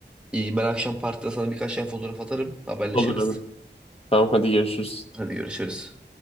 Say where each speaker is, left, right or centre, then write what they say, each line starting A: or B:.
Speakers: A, in the centre; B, on the left.
A: İyi, ben akşam partide sana birkaç tane fotoğraf atarım. Haberleşiriz.
B: Olur abi. Tamam hadi görüşürüz.
A: Hadi görüşürüz.